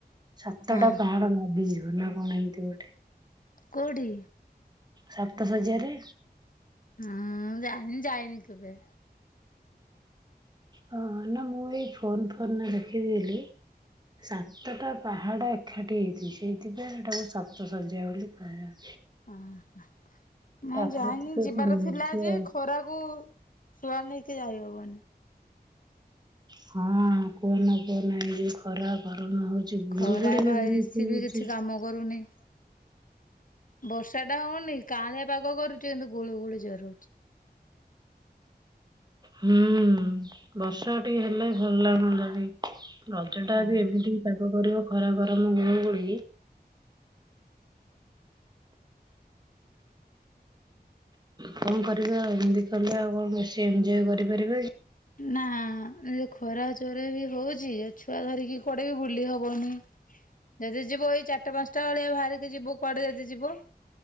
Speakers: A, on the right; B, on the left.
A: ସାତଟା
B: ହଁ
A: ପାହାଡ ଲାଗିଯିବ ନା କଣ ଏମିତି ଗୋଟେ
B: କୋଉଠି?
A: ସପ୍ତଶଯ୍ୟା ରେ
B: ହୁଁ ଜାଣିନି ଯାଇନି କେବେ।
A: ହଁ ନା ମୁଁ ଏଇ ଫୋନ ଫୋନ ଦେଖିଥିଲି ସାତଟା ପାହାଡ ଏକାଠି ହେଇଛି ସେଇଥିପାଇଁ ସେଟାକୁ ସ୍ତ ସଜା ବୋଲି କୁହାଯାଉଛି।
B: ଉଁ ହୁଁ। ହଁ
A: ପ୍ରାକୃତିକ
B: ଯାଇନି ଯିବାର
A: ସୌନ୍ଦର୍ଯ୍ୟ
B: ଥିଲା ଯେ
A: ଆଉ।
B: ଖରାକୁ ଛୁଆ ନେଇକି ଯାଇହବନି।
A: ହଁ କୁହନା କୁହନା ଏ ଯୋଉ ଖରା ଗରମ ହଉଛି ଗୁଳୁ
B: ଖରା
A: ଗୁଳି
B: ବା
A: ବି ବହୁତ
B: ଏସି
A: ହଉଛି।
B: ବି କିଛି କାମ କରୁନି ବର୍ଷା ଟା ହଉନି କାଳେ ପାଗ କରୁଛି କିନ୍ତୁ ଗୁଳୁ ଗୁଳୁ ଜୋରେ ହେଉଛି।
A: ହୁଁ ବର୍ଷା ଟିକେ ହେଲେ ଭଲ ଲାଗନ୍ତା ବି। ରଜ ଟା
B: ହଁ
A: ଯଦି ଏମିତିି ପାଗ କରିବ ଖରା ଗରମ ଗୁଳୁଗୁଳି କଣ କରିବାଆଉ ଏମିତି କଲେ ଆଉ କଣ ବେଶୀ ଏଞ୍ଜୟ୍ କରିପାରିବା କି?
B: ନା ଏ ଖରା ଜୋରେ ବି ହଉଛି ଛୁଆ ଧରିକି କୁଆଡେ ବି ବୁଲି ହବନି ଯଦି ଯିବ ଏଇ ଚାରିଟା ପାଞ୍ଚଟା ଭେଳିଆ ବାହାରିକି ଯିବ କୁଆଡେ ଯଦି ଯିବ।